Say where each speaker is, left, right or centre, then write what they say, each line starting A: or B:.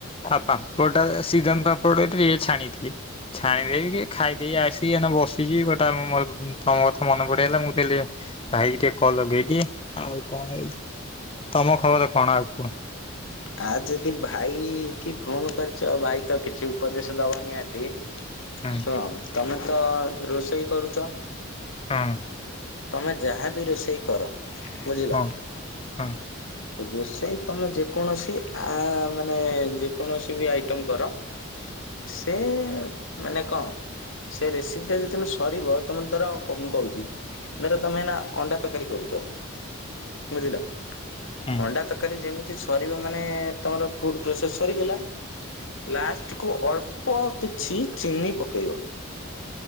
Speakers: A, on the left (about 25°); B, on the left (about 65°).
A: ଆଉ ପାମ୍ପଡ଼ଟା ଶୀରାମ ପାମ୍ପଡରେ ଛାଣିଥିଲି ଛାଣିଦେଇକି ଖାଇଦେଇ ଆସିକିଏଇନେ ବସିଚି ବଟ୍ ତମ କଥା ମନ ପଡ଼ିଗଲା ମୁଁ କହିଲି ଭାଇ କିଟିକେ କଲ୍ ଲଗେଇଦିଏ ଆଉ କଣ ତମ ଖବର କଣ ଆଉ କୁହ।
B: ଆ ଯଦି ଭାଇକି ଫୋନ୍ କରିଚ ଭାଇତ କିଛି ଉପଦେଶ ଦବ ନିହାତି
A: ହୁଁ
B: ଶୁଣ ତମେତ ରୋଷେଇ କରୁଚ?
A: ହଁ।
B: ତମେ ଯାହାବି ରୋଷେଇ କର ବୁଝିଲ
A: ହଁ ହଁ।
B: ରୋଷେଇ ତମେ ଯେକୌଣସି ଆ ମାନେ ଯେକୌଣସିବି ଆଇଟମ୍ କର ସେ ମାନେ କଁ? ସେ ରେସିପିଟା ଯେତେବେଳେ ସରିବ ତମେତର କଁ କହୁଚି? ଧର ତମେ ଏଇନା ଅଣ୍ଡା ତରକାରୀ କରୁଚ ବୁଝିଲ।
A: ହୁଁ
B: ଅଣ୍ଡା ତରକାରୀ ଯେମିତି ସରିବ ମାନେ ତମର ଫୁଲ୍ ପ୍ରସେସ୍ ସରିଗଲା ଲାଷ୍ଟକୁ ଅଳ୍ପ କିଛି ଚିନି ପକେଇବ।